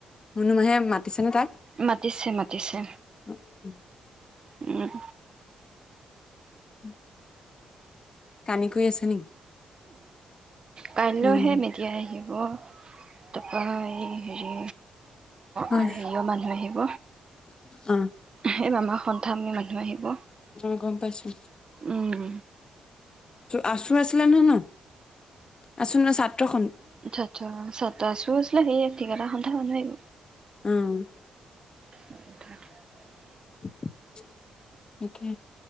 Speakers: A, on the left (about 40°); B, on the right (about 40°).
A: হুনুমাহে মাতিছে নে তাত
B: মাতিছে মাতিছে
A: অ উ
B: উম
A: উম কানি ক আছে নেকি
B: কাইলৈহে
A: উম
B: মেডিয়া আহিব তা পা এই হেৰি
A: হয়
B: হেৰি মানুহ আহিব
A: অ
B: সেই মামা স মানুহ আহিব
A: অ গম পাইছো
B: উম
A: আছু আছিলেনে ন আছু এ ছাত্ৰস
B: আ ছ আছু আছিলে সেইযে কেইবাটা সন্থাৰ মানুহ আহিব
A: আহ
B: এ
A: অ একে